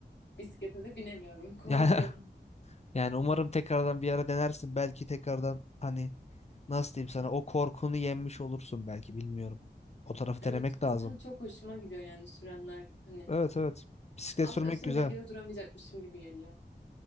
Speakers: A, on the left (about 80°); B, on the left (about 40°).
A: Bisiklete de binemiyorum. <laughs> Korkuyorum.
B: Yani, <laughs> yani umarım tekrardan bir ara denersin. Belki tekrardan hani nasıl diyeyim sana o korkunu yenmiş olursun belki bilmiyorum. O tarafı
A: Evet
B: denemek lazım.
A: zaten çok hoşuma gidiyor yani sürenler. Hani
B: Evet evet. Bisiklet
A: ama
B: sürmek
A: üstüne
B: güzel.
A: dengede duramayacakmışım gibi geliyor.